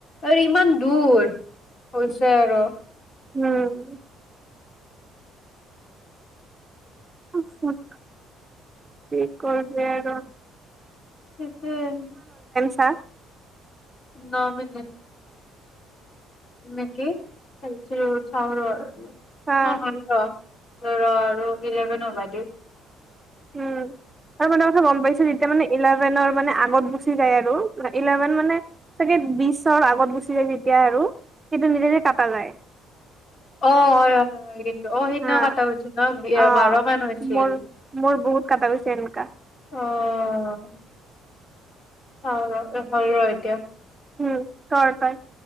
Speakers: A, on the left (about 50°); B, on the right (about 20°).
A: আৰু ইমান দূৰ হৈছে আৰু।
B: উম' <unintelligible> হুম হুম, কি কৰিবি আৰু?
A: তাকেই
B: <unintelligible> চাহ
A: ন মিনট। নেকি? চাইছিলোঁ চাউলৰ অ',
B: চা।
A: শান্ত ৰ আৰু ইলেভেন <unintelligible>
B: উম আৰু মানে কথা গম পাইছো যেতিয়া মানে ইলেভেনৰ মানে আগত গুচি যায় আৰু ইলেভেন মানে চাগে বিশৰ আগত গুচি যায় যেতিয়া আৰু সেইটো নিজে নিজে কটা যায়।
A: অ হয় হয়। অ সেইদিনা
B: হা
A: কাটা গৈছিল ন
B: অ
A: বাৰ মান হৈছিল।
B: মোৰ মোৰ বহুত কটা গৈছে এনেকা
A: অঁ। চাওঁ ৰ এ হয় ৰ এতিয়া।
B: উম কৰ তই।